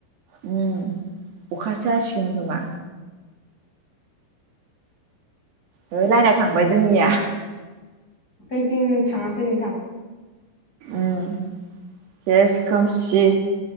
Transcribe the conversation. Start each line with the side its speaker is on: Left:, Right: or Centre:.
Right: उम। अखासो हसिगोन खोमा। है लायेना थांबाय जोंनिया।
Left: जोंनिथिं थाङाखै नोंथां।
Right: उम सेस खोमसि।